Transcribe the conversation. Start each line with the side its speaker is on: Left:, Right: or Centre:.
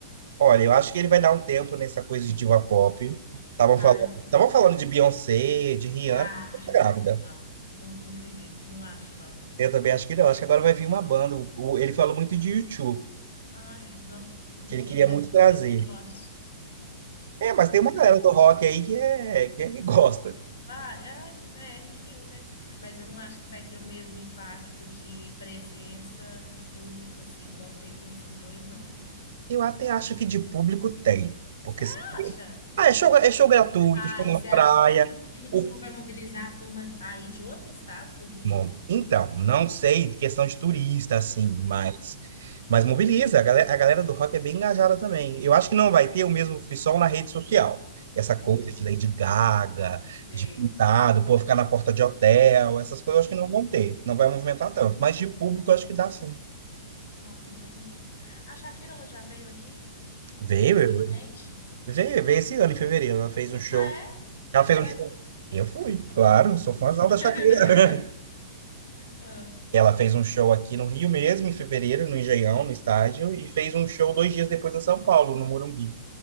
Right: Olha, eu acho que ele vai dar um tempo nessa coisa de diva pop. Estavam
Left: Ah,
Right: falando,
Left: é o quê?
Right: estavam falando de Beyoncé, de Rihanna,
Left: Ah,
Right: mas tá grávida.
Left: não, nunca não acredito, não acho não.
Right: Eu também acho que não. Acho que agora vai vir uma banda. O- o- Ele falou muito de U2,
Left: Ai, não, enfim,
Right: que ele queria
Left: né?
Right: muito trazer.
Left: Tem quem goste.
Right: É, mas
Left: É,
Right: tem uma
Left: eu
Right: galera
Left: acho que
Right: do rock aí que é, que é- que gosta.
Left: vai, é, é, enfim, né? Mas eu não acho que vai ter o mesmo impacto de presença de público assim igual teve nesses dois, não, viu?
Right: Eu até acho que de público tem, porque
Left: Você
Right: se-
Left: acha?
Right: ah, é show, é show gratuito,
Left: Ah,
Right: show
Left: e você
Right: na
Left: acha
Right: praia.
Left: que o YouTube
Right: O
Left: vai mobilizar a turma aí de outro estado, pro Rio?
Right: Bom, então, não sei questão de turista, assim, mas,
Left: Ah,
Right: mas mobiliza. A galera, a galera do rock é bem engajada também. Eu acho que não vai ter o mesmo frisson na rede social. Essa coisa
Left: uhum.
Right: de Lady Gaga,
Left: Sei.
Right: de pintado, pô, ficar na porta de hotel, essas coisas
Left: Uhum,
Right: eu acho que não vão ter. Não vai movimentar
Left: uhum,
Right: tanto. Mas de público
Left: sim.
Right: eu acho que dá sim.
Left: Nossa, entendi. A Shakira, ela já veio aqui
Right: Veio,
Left: recentemente?
Right: eu- veio, veio esse ano, em fevereiro. Ela fez um show.
Left: Ah, é? Você
Right: Ela fez
Left: foi?
Right: um show. Eu fui, claro, sou
Left: Lógico.
Right: fãzão
Left: <laughs>
Right: da Shakira. <laughs>
Left: Ah,
Right: Ela fez um show aqui no Rio mesmo, em fevereiro, no Engenhão, no estádio, e fez um show dois dias depois em São Paulo, no Morumbi.